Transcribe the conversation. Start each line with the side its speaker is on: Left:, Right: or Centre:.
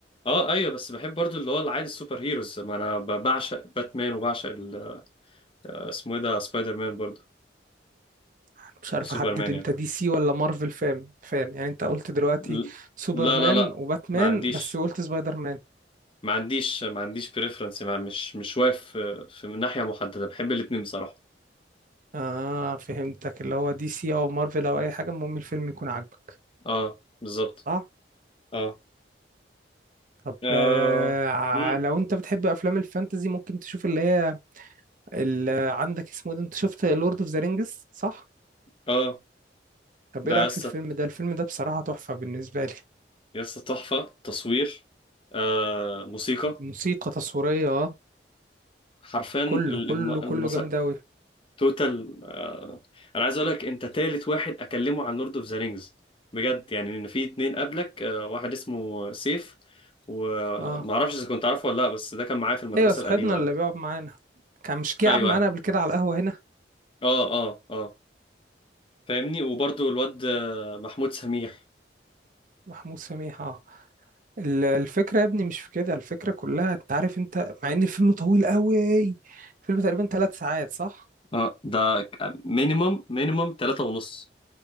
Left: اه ايوه بس بحب برضو اللي هو العادي السوبر هيروز ما انا ب- بعشق باتمان وبعشق ال- اسمه ايه ده سبايدر مان برضو
Right: انا مش عارف
Left: وسوبرمان
Right: احدد انت
Left: يعني
Right: دي سي ولا مارفل فان فان يعني انت قلت دلوقتي
Left: ال-
Right: سوبرمان
Left: لا لا لا
Right: وباتمان
Left: ما عنديش
Right: بس قلت سبايدر مان
Left: ما عنديش ما عنديش بريفرنس ما مش مش واقف في في ناحية محددة بحب الاتنين بصراحة
Right: اه فهمتك اللي هو دي سي او مارفل او اي حاجة المهم الفيلم يكون عاجبك
Left: اه بالظبط
Right: صح
Left: اه
Right: طب
Left: اه
Right: آه ع-
Left: امم
Right: لو انت بتحب افلام الفانتزي ممكن تشوف اللي هي ال- عندك اسمه ده انت شفت لورد اوف ذا رينجز صح
Left: اه
Right: طب
Left: ده
Right: ايه رايك
Left: يسطا
Right: في الفيلم ده الفيلم ده بصراحه تحفه بالنسبه لي
Left: يسطا تحفة تصوير آه موسيقى
Right: موسيقى تصويريه اه
Left: حرفيا ال-
Right: كله كله
Left: الم... المس...
Right: كله جامد اوي
Left: توتال آه. انا عايز اقول لك انت تالت واحد اكلمه عن لورد اوف ذا رينجز بجد يعني ان في اتنين قبلك آه واحد اسمه سيف وما
Right: اه
Left: اعرفش اذا كنت عارفه ولا لا بس ده كان معايا في المدرسة
Right: ايوه صاحبنا
Left: القديمة
Right: اللي بيقعد معانا كان مش جه
Left: ايوه
Right: قعد معانا
Left: ايوه
Right: قبل كده على القهوه هنا
Left: اه اه اه فاهمني وبرضو الواد آه، محمود سميح
Right: محمود سميح اه ال- الفكره يا ابني مش في كده الفكره كلها انت عارف انت مع ان الفيلم طويل قوي الفيلم تقريبا ثلاث ساعات صح
Left: اه ده ك- مينيمم مينيمم تلاتة ونص